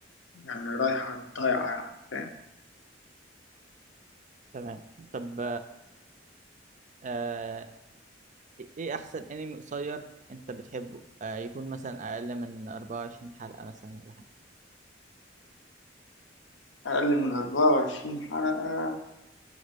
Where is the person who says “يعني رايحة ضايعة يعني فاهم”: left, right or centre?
Left